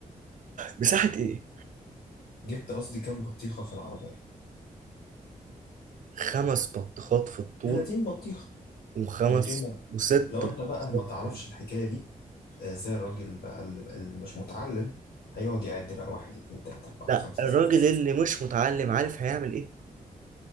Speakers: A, on the right (about 60°); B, on the left (about 80°).
A: مساحة ايه؟
B: جبت قصدي كام بطيخة في العربية
A: خمس بطيخات في الطول
B: 30 بطيخة
A: وخمس
B: من غير ما
A: وست
B: لو
A: بطيخات
B: انت بقى ما تعرفش
A: في العرض
B: الحكاية دي آه، زي الراجل بقى اللي اللي مش متعلم هيقعد يعد بقى واحد اتنين تلاتة أربعة
A: لا
B: خمسة
A: الراجل
B: ستة سبعة
A: اللي مش متعلم عارف هيعمل ايه؟